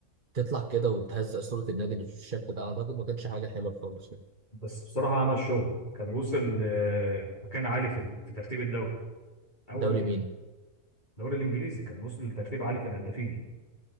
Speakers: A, on the right (about 40°); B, on the left (about 35°).
A: تطلع كده وتهزق صورة النادي اللي في الشكل ده اعتقد ما كانش حاجة حلوة خالص يعني
B: بس بصراحة عمل شغل كان وصل آه، مكان عالي في ال- في ترتيب الدوري أول
A: دوري
B: ما جه
A: مين؟
B: الدوري الإنجليزي كان وصل لترتيب عالي في الهدافين